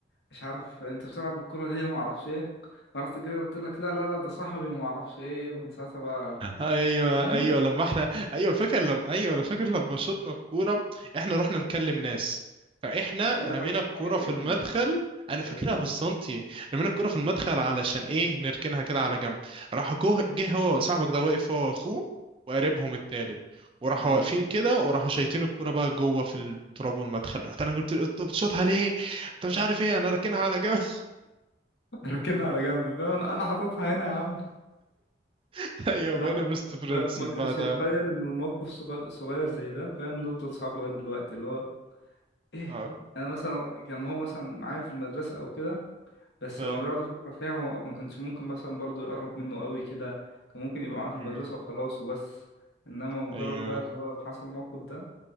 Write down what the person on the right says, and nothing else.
ايوه
ايوه لما احنا ايوه فاكر لما ايوه انا فاكر لما شطنا الكوره احنا رحنا نكلم ناس فاحنا
رمينا
الكوره
في المدخل
انا فاكرها
بالسنتي رمينا الكوره في المدخل علشان ايه نركنها كده على جنب راح جه جه هو صاحبك ده واقف هو واخوه وقريبهم التالت وراحوا
واقفين كده وراحوا شايتين الكوره بقى جوه في التراب والمدخل رحت انا قلت له انت بتشوطها ليه انت مش
عارف ايه انا راكنها على جنب
<laughs> ايوه
بقينا بيست فريندز
من
بعدها
اه
اه
أمم،
ايوه